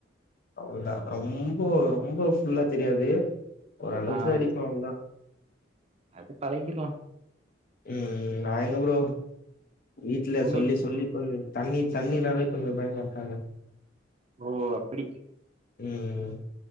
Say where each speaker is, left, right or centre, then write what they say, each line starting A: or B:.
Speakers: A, on the left (about 50°); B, on the right (about 35°).
A: அவோள்தா ரொம்போ ரொம்ப ஃபுல்லா தெரியாது ஓரளவுக்கு
B: ஆ, ஆ.
A: அடிப்ப அவ்தா
B: அது பழகிற்லா
A: ம் ம் நா எங்க ப்ரோ வீட்டல
B: உங்களுக்கு
A: சொல்லி சொல்லிப் பண்ணது தண்ணி தண்ணினாலே கொஞ்சோ பயங்காற்றாங்க
B: ஓ அப்டி
A: ம் ம்